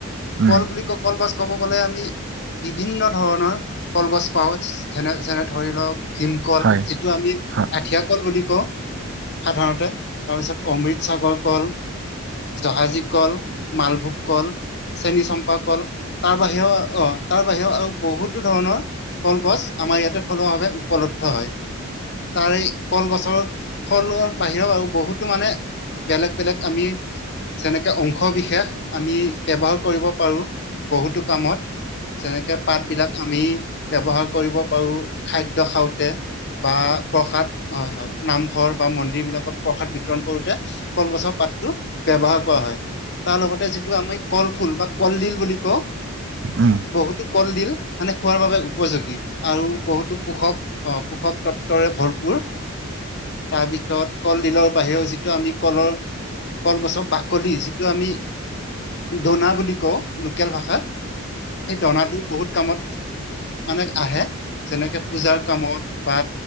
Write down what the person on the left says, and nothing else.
কল বুলি ক কলগছ কব গ'লে আমি - বিভিন্ন ধৰণৰ কলগছ পাওঁ, যেনে যেনে ধৰি লওক - ভীমকল
যিটো আমি
আঠিয়া কল বুলি কওঁ। সাধাৰণতে তাৰপিছত অমৃতসাগৰ কল, জহাজী কল - মালভোগ কল, চেনী চম্পা কল - তাৰ বাহিৰেও অ তাৰ বাহিৰেও আৰু বহুতো ধৰণৰ - কলগছ আমাৰ ইয়াতে থলুৱাভাৱে উপলব্ধ হয়, তাৰে কলগছৰ - ফলৰ বাহিৰেও আৰু বহুতো মানে বেলেগ বেলেগ আমি - যেনেকে অংশ বিশেষ আমি ব্যৱহাৰ কৰিব পাৰো। বহুতো কামত, যেনেকে পাত বিলাক আমি - ব্যৱহাৰ কৰিব পাৰোঁ খাদ্য খাওঁতে বা প্ৰসাদ হয় হয় নামঘৰ - বা মন্দিৰ বিলাকত প্ৰসাদ বিতৰণ কৰোতে কলগছৰ পাতটো ব্যৱহাৰ কৰা হয়। তাৰ লগতে যিটো আমি কল ফুল বা কলডিল বুলি কওঁ -
বহুতো কলডিল মানে খোৱাৰ বাবে উপযোগী আৰু বহুতো পোষক - অ পোষক তত্বৰে ভৰপুৰ তাৰপিছত কল - দিলৰ বাহিৰেও যিটো আমি কলৰ কলগছৰ বাকলি যিটো আমি - দনা বুলি কওঁ - লোকেল ভাষাত সেই দনাটো বহুত কামত মানে আহে - যেনেকে পূজাৰ কামত বা